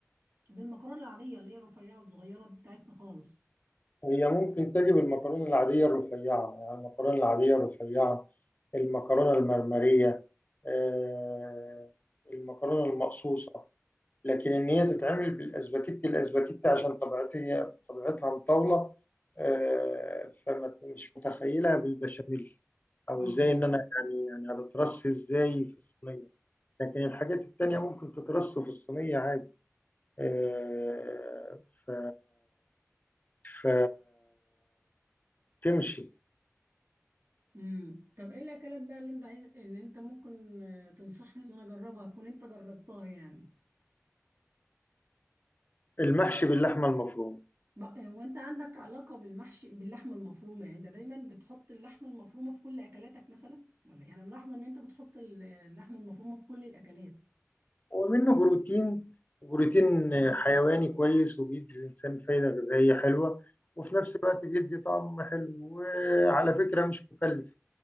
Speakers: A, on the right (about 50°); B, on the left (about 35°).
A: بالمكرونه العاديه اللي هي رفيعه الصغيره بتاعتنا خالص
B: هي ممكن تجيب المكرونة العادية الرفيعة يعني المكرونة العادية الرفيعة المكرونة المرمرية آه، المكرونة المقصوصة لكن إن هي تتعمل بالأسباجيتي الأسباجيتي عشان طبيعتها هي طبيعتها مطاولة آه، فما مش متخيلها بالبشاميل أو
A: اه
B: إزاي إن أنا يعني يعني هتترص إزاي في الصينية لكن الحاجات التانية ممكن تترص في الصينية عادي آه، ف ف تمشي
A: امم طب ايه الاكلات بقى اللي انت عايز ان انت ممكن آه، تنصحني ان انا اجربها تكون انت جربتها يعني
B: المحشي باللحمة المفرومة
A: ما- هو انت عندك علاقة بالمحشي باللحمة المفرومة يعني انت دايما بتحط اللحمة المفرومة في كل اكلاتك مثلا ولا يعني انا ملاحظة ان انت بتحط ال- اللحمة المفرومة في كل الاكلات
B: ومنه بروتين بروتين حيواني كويس وبيدي الإنسان فايدة غذائية حلوة وفي نفس الوقت بيدي طعم حلو وعلى فكرة مش مكلف